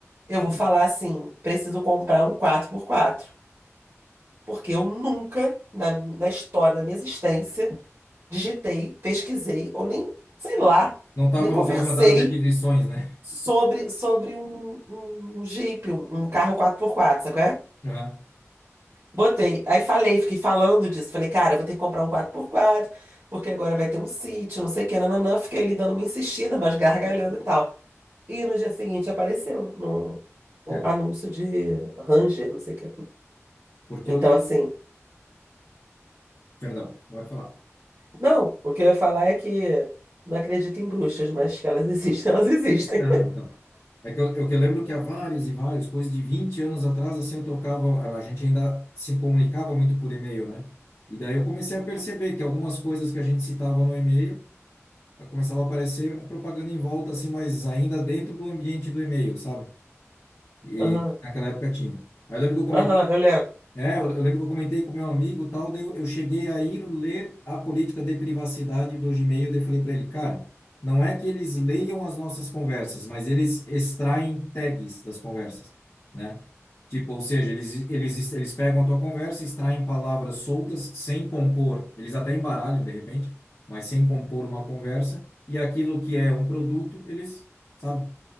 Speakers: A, on the right (about 50°); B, on the left (about 55°).
A: eu vou falar assim, preciso comprar um quatro por quatro porque eu nunca, na, na história da minha existência, digitei, pesquisei, ou nem, sei lá,
B: Não estava
A: nem conversei
B: no teu radar de aquisições, né?
A: sobre, sobre um, um um Jeep, um, um carro quatro por quatro sabe?
B: <laughs> Aham,
A: Botei. Aí falei, fiquei falando disso. Falei, cara, eu vou ter que comprar um quadro por quadro, porque agora vai ter um sítio, não sei o que, nananã. Fiquei ali dando uma insistida, mas gargalhando e tal. E no dia seguinte apareceu no, o
B: É,
A: anúncio de Ranger, não sei o que.
B: porque
A: Então,
B: eu lembro.
A: assim,
B: Perdão, pode falar.
A: não, o que eu ia falar é que não acredito em bruxas, mas que elas existem, <laughs> elas existem.
B: É, Não, então. É que eu, eu que eu lembro que há vários e vários, coisas de 20 anos atrás, assim, eu trocava. A gente ainda se comunicava muito por e-mail, né? E daí eu comecei a perceber que algumas coisas que a gente citava no e-mail a- começava a aparecer a propaganda em volta, assim, mas ainda dentro do ambiente do e-mail, sabe? E
A: Aham,
B: que naquela época tinha. Aí eu lembro que eu comentei
A: aham, eu lembro.
B: É, eu, eu lembro que eu comentei com meu amigo, tal, daí eu, eu cheguei a ir ler a política de privacidade do Gmail, daí eu falei para ele, cara, não é que eles leiam as nossas conversas, mas eles extraem tags das conversas, né? Tipo, ou seja, eles, eles, eles pegam a tua conversa, extraem palavras soltas sem compor, eles até embaralham de repente, mas sem compor uma conversa, e aquilo que é um produto, eles, sabe?